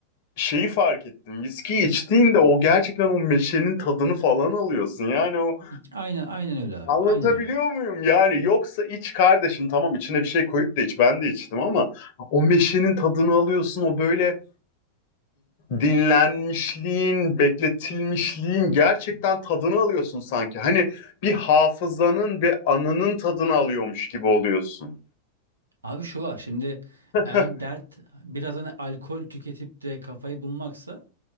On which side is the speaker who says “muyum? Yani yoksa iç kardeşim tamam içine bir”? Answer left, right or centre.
Left